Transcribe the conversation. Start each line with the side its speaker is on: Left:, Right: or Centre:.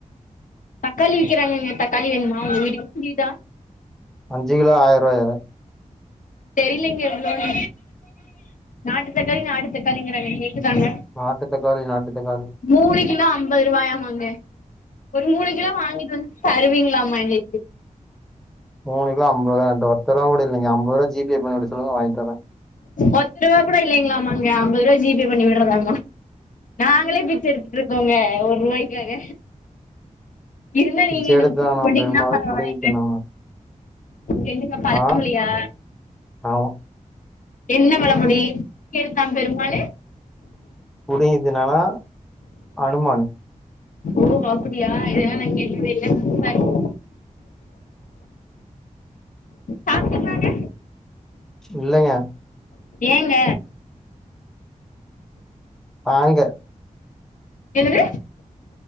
Left: தக்காளி விக்கிறாங்கங்க தக்காளி வேணுமா உங்க வீட்டுக்கு புரியுதா
Centre: அஞ்சு கிலோ ஆயிருவாயா
Left: தெரியலிங்கே எவ்ளோன்னு நாட்டு தக்காளி நாட்டு தக்காளிங்கிறாங்க கேக்குதாங்க
Centre: நாட்டு தக்காளி நாட்டு தக்காளி
Left: மூணு கிலோ ஐம்பது ரூவாயாமாங்க ஒரு மூணு கிலோ வாங்கிட்டு வந் தருவீங்ளாமா எங்குளுக்கு
Centre: மூணு கிலோ அம்பதுரூவா என்ட்ட ஒத்தரூவா கூட இல்லிங்க ஐம்பரூவா ஜீபே பண்ணிவுட சொல்லுங்க வாங்கித்தற
Left: ஒத்த ரூவா கூட இல்லைங்ளாமாங்க ஐம்பது ரூபா ஜிபே பண்ணி விட்றதாம்மா நாங்களே பிச்ச எடுத்துட்டு இருக்கோங்க ஒர்ரூவாய்க்காக இருந்தா
Centre: பிச்ச
Left: நீங்க எங்குளுக்கு
Centre: எடுத்தானா
Left: பிச்ச போட்டீங்னா
Centre: பெருமாள்
Left: பரவால்லங்க
Centre: புடுங்கி தின்னானா
Left: என்னங்க பழமொழியா
Centre: ஆ ஆமா
Left: என்ன பழமொழி பிச்ச எடுத்தா பெருமாளு
Centre: புடிங்கிதின்னனா அனுமானு
Left: ஓ அப்பிடியா இதெல்லாம் நான் கேட்டதே இல்ல சூப்பரா இருக் சாப்ட்டீங்களாங்க
Centre: இல்லைங்க
Left: ஏங்க
Centre: ஆங்க
Left: என்னது